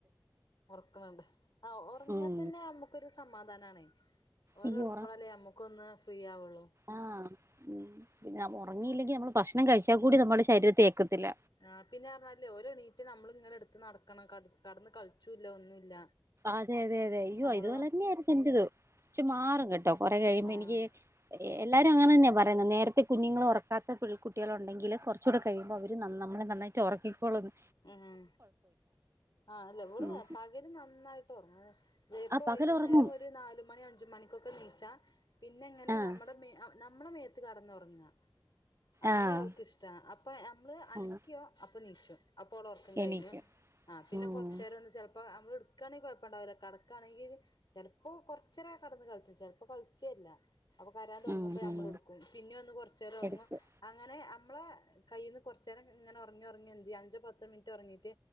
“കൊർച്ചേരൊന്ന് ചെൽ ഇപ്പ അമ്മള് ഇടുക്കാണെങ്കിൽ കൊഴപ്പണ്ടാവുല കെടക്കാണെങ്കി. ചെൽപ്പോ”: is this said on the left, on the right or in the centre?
Left